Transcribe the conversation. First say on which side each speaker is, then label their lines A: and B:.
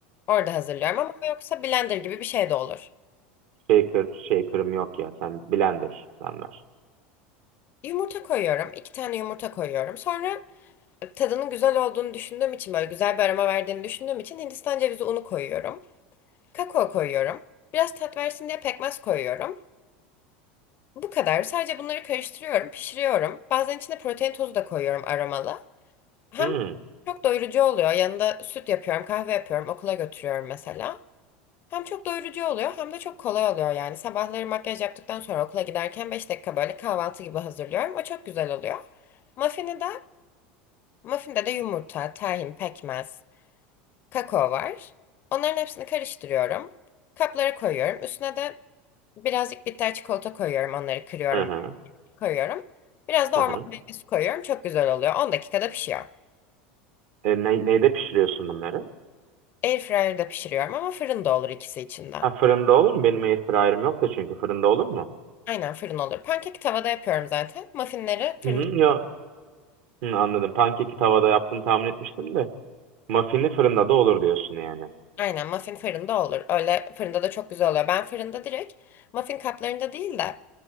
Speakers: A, on the left (about 40°); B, on the right (about 70°).
A: Orada hazırlıyorum ama yoksa blender gibi bir şey de olur.
B: Shaker, shaker'ım yok ya. Sen blender'dan ver.
A: Yumurta koyuyorum. iki tane yumurta koyuyorum. Sonra e, tadının güzel olduğunu düşündüğüm için böyle güzel bir aroma verdiğini düşündüğüm için Hindistan cevizi unu koyuyorum. Kakao koyuyorum. Biraz tat versin diye pekmez koyuyorum. Bu kadar. Sadece bunları karıştırıyorum, pişiriyorum. Bazen içine protein tozu da koyuyorum aromalı. Hem
B: Hmm.
A: çok doyurucu oluyor. Yanında süt yapıyorum, kahve yapıyorum, okula götürüyorum mesela. Hem çok doyurucu oluyor hem de çok kolay oluyor yani. Sabahları makyaj yaptıktan sonra okula giderken 5 dakika böyle kahvaltı gibi hazırlıyorum. O çok güzel oluyor. Muffin'i de, muffinde de yumurta, tahin, pekmez, kakao var. Onların hepsini karıştırıyorum. Kaplara koyuyorum. Üstüne de Birazcık bitter çikolata koyuyorum. Onları kırıyorum,
B: Hı hı
A: koyuyorum. Biraz da
B: Hı hı.
A: orman meyvesi koyuyorum. Çok güzel oluyor. on dakikada pişiyor.
B: E, ne, neyde pişiriyorsun bunları?
A: Airfryer'da pişiriyorum ama fırında olur ikisi için de.
B: Ha, fırında olur mu? Benim airfryer'ım yok da çünkü fırında olur mu?
A: Aynen fırın olur. Pankek tavada yapıyorum zaten. Muffinleri fırında
B: Hı hı, yok. Hı, anladım. Pankeki tavada yaptığını tahmin etmiştim de. Muffin'i fırında da olur diyorsun yani.
A: Aynen muffin fırında olur. Öyle fırında da çok güzel oluyor. Ben fırında direkt muffin kaplarında değil de